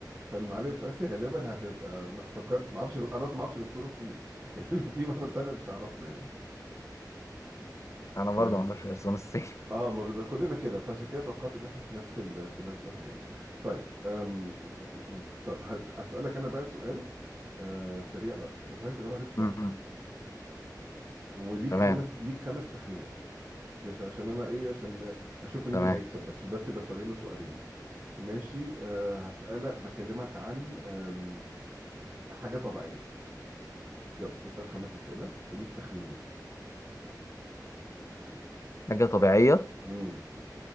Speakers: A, on the right (about 25°); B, on the left (about 40°).
A: فالمعالم في اسيا غالبا هتبقى م- فكرت ما اعرفش غير انا اصلا ما اعرفش غير سور الصين <laughs> يعني لو في معلم تاني مش هعرفه يعني
B: أنا برضه
A: آه.
B: ما أعرفش غير صون الصين <laughs>
A: اه ما بز... كلنا كده فعشان كده توقعت ان احنا في نفس ال... في نفس الحاجات طيب أم... م- م- م. طب هت- هسألك انا بقى سؤال آه سريع بقى بس عايز تجاوب عليه بسرعه
B: أمم.
A: وليك
B: تمام
A: خمس ليك خمس تخمينات مش عشان انا ايه عشان اشوف إن مين
B: تمام
A: هيكسب بس عشان بس يبقى سؤالين وسؤالين ماشي أه هسألك بكلمك عن آم، حاجة طبيعية يلا اسأل خمس أسئلة وليك تخمينين
B: حاجة طبيعية
A: امم